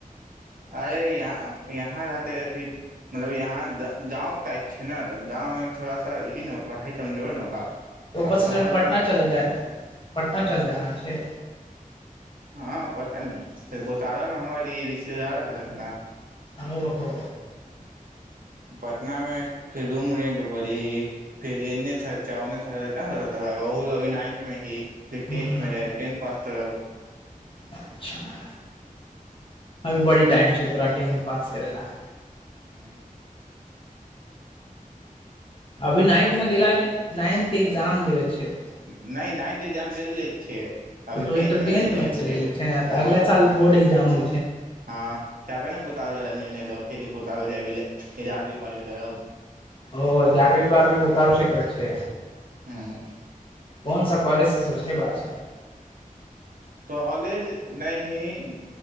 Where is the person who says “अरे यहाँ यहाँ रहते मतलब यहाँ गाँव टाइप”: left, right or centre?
Right